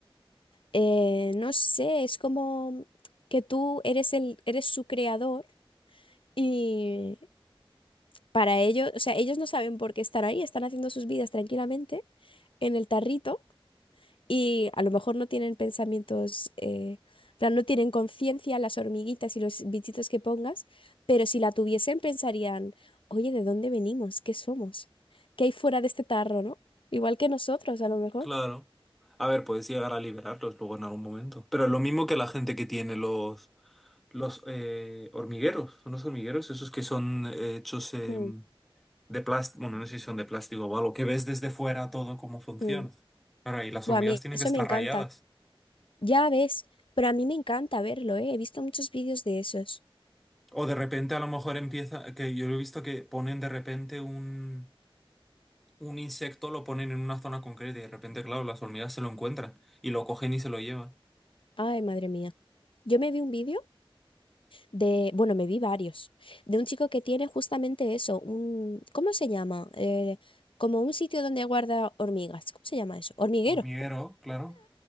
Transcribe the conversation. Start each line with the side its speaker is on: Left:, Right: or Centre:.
Left: eh, no sé, es como que tú eres el, eres su creador. y para ellos, o sea, ellos no saben por qué están ahí, están haciendo sus vidas tranquilamente en el tarrito y a lo mejor no tienen pensamientos, eh, en plan, no tienen conciencia las hormiguitas y los bichitos que pongas, pero si la tuviesen pensarían, oye, ¿de dónde venimos? ¿Qué somos? ¿Qué hay fuera de este tarro, no? Igual que nosotros, a lo mejor.
Centre: Claro. A ver, puedes llegar a liberarlos luego en algún momento. Pero es lo mismo que la gente que tiene los, los eh, hormigueros. Son los hormigueros, esos que son eh, hechos em,
Left: Mm,
Centre: de plástico. Bueno, no sé si son de plástico o algo, que ves desde fuera todo cómo funciona.
Left: mm.
Centre: Claro, y las
Left: Buah,
Centre: hormigas
Left: a mí
Centre: tienen
Left: eso
Centre: que estar
Left: me encanta.
Centre: rayadas.
Left: Ya ves, pero a mí me encanta verlo, ¿eh? He visto muchos vídeos de esos.
Centre: O de repente a lo mejor empieza, que yo he visto que ponen de repente un, un insecto, lo ponen en una zona concreta y de repente, claro, las hormigas se lo encuentran y lo cogen y se lo llevan.
Left: Ay, madre mía. Yo me vi un vídeo de, bueno, me vi varios, de un chico que tiene justamente eso, un, ¿cómo se llama? Eh, como un sitio donde guarda hormigas, ¿cómo se llama eso? Hormiguero,
Centre: Hormiguero, claro.